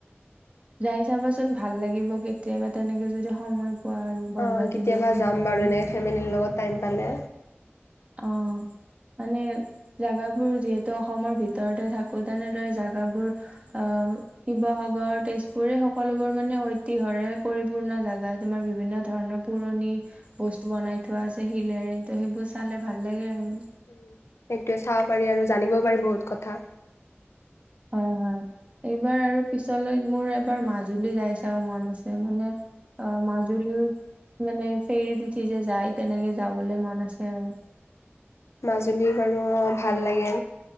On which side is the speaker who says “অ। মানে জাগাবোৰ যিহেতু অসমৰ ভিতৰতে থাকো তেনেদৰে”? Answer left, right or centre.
Right